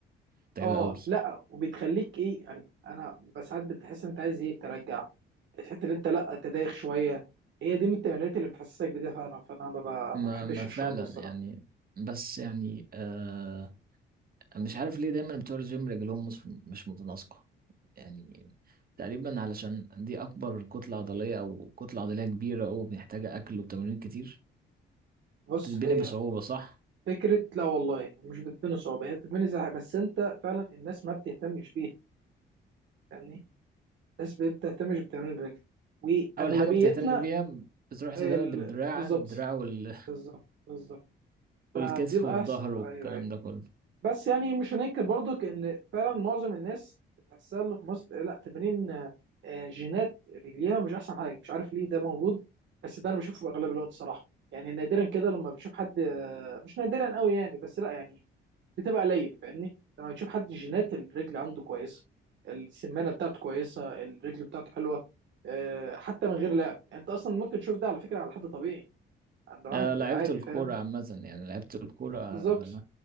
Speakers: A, on the right; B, on the right.
A: متعبة
B: آه،
A: قوي
B: لا وبتخليك ايه يعني انا بس ساعات بتحس انت عايز ايه ترجع الحته اللي انت لا انت دايخ شويه هي دي من التمرينات اللي بتحسسك بده فعلا فانا ما ب-
A: ما
B: ما بحبش
A: ما فعلا
B: الشعور ده الصراحه
A: يعني بس يعني آه، مش عارف ليه دايما بتوع الجيم رجلهم مش مش متناسقة يعني تقريبا علشان دي أكبر كتلة عضلية أو كتلة عضلية كبيرة أو محتاجة أكل وتمارين كتير
B: بص
A: وبتتبني
B: هي
A: بصعوبة صح؟
B: فكره لا والله مش بتبني صعوبه هي بتبني زهق بس انت فعلا الناس ما بتهتمش بيها فاهمني الناس بتهتمش بتمرين الرجل واغلبيتنا
A: أول حاجة بتهتم بيها بتروح تهتم
B: ال...
A: بالدراع
B: بالظبط
A: الدراع وال...
B: بالظبط بالظبط
A: <laughs>
B: فبتبقى
A: والكتف والظهر
B: احسن
A: والكلام
B: ايوه ايوه
A: ده كله
B: بس يعني مش هننكر برضك ان فعلا معظم الناس تحسها اللي في مصر لا تمارين آه، آه، جينات رجليها مش احسن حاجه مش عارف ليه ده موجود بس ده انا بشوفه اغلب الوقت صراحه يعني نادرا كده لما بتشوف حد آه، مش نادرا قوي يعني بس لا يعني بتبقى قليل فاهمني لما بتشوف حد جينات الرجل عنده كويسه السمانه بتاعته كويسه الرجل بتاعته حلوه آه، حتى من غير لعب يعني انت اصلا ممكن تشوف ده على فكره على حد طبيعي عند واحد
A: أه لعبت
B: عادي
A: الكورة
B: فاهم
A: عامة يعني لعبت الكورة آه،
B: بالظبط